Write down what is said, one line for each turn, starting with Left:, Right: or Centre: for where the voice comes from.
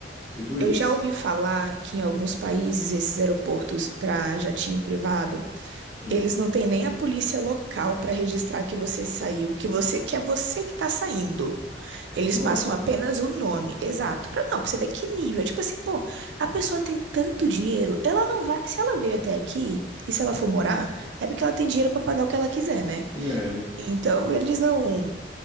Left: tudo isso.
Right: eu já ouvi falar que em alguns países esses aeroportos para jatinho privado,
Left: Hum.
Right: eles não têm nem a polícia local para registrar que você saiu, que você que é você que tá saindo. Eles
Left: Nossa,
Right: passam apenas o nome, exato. Pra, não, pra você ver que nível. É tipo assim, pô, a pessoa tem tanto dinheiro, ela não vai. Se ela veio até aqui e se ela for morar, é porque ela tem dinheiro para pagar o que ela quiser, né?
Left: é, né?
Right: Então, eles não.